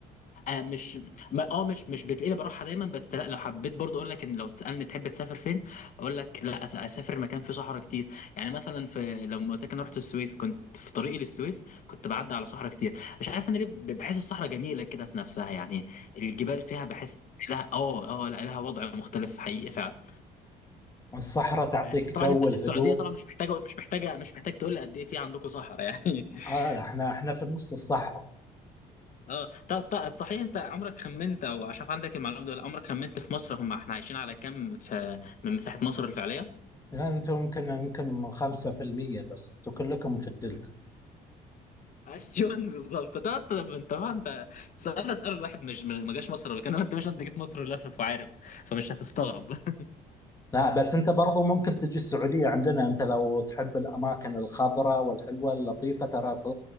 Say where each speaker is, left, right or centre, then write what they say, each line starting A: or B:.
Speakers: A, on the left (about 50°); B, on the left (about 20°).
A: آه مش ما اه مش مش بتقلب راحه دايما بس لا لو حبيت برضه اقول لك ان لو تسالني تحب تسافر فين اقول لك لا أس- اسافر مكان فيه صحراء كتير يعني مثلا في لما قلت لك انا رحت السويس كنت في طريقي للسويس كنت بعدي على صحراء كتير مش عارف انا ليه ب- بحس الصحراء جميله كده في نفسها يعني الجبال فيها بحس لها اه اه لا لها وضع مختلف حقيقي فعلا
B: الصحراء تعطيك
A: آه،
B: جو
A: طبعا انت في
B: الهدوء
A: السعوديه طبعا مش محتاجه مش محتاجه مش محتاج تقول لي قد ايه في عندكم صحراء يعني <laughs>
B: آه احنا احنا في نص الصحراء
A: اه طب طب صحيح انت عمرك خمنت او عشان عندك المعلومه دي ولا عمرك خمنت في مصر هم احنا عايشين على كام في من مساحه مصر الفعليه؟
B: يعني انتم يمكن يمكن 5% بس انتم كلكم في الدلتا
A: <laughs> ايوه بالظبط ده طب انت طبعا انت السؤال ده اساله الواحد مش مش- ما جاش مصر قبل كده انت مش انت جيت مصر لافف وعارف فمش هتستغرب <laughs>
B: لا بس انت برضو ممكن تجي السعودية عندنا انت لو تحب الاماكن الخضراء والحلوة اللطيفة ترى ف-